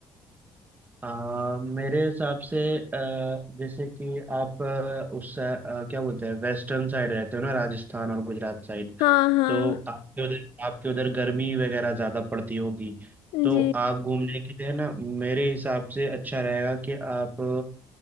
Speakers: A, on the right; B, on the left.
A: आ, मेरे हिसाब से अ, जैसे कि आप अ, उस अ, क्या बोलते हैं वेस्टर्न साइड रहते हो ना राजस्थान और गुजरात साइड
B: हाँ हाँ
A: तो आपके उधर आपके उधर गर्मी वगैरह ज़्यादा पड़ती होगी तो
B: जी
A: आप घूमने के लिए ना मेरे हिसाब से अच्छा रहेगा कि आप